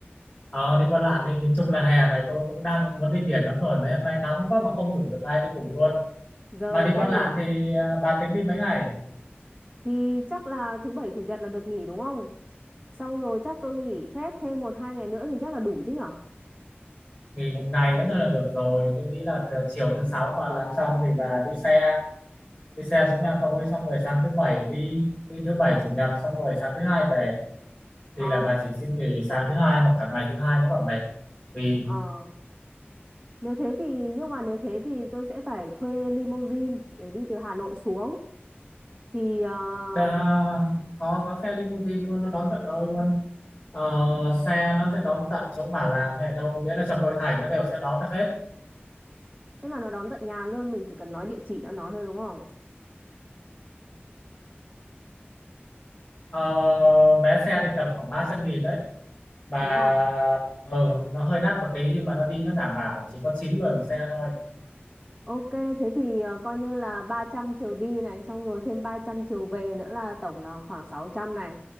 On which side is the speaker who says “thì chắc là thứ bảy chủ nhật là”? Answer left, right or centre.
Centre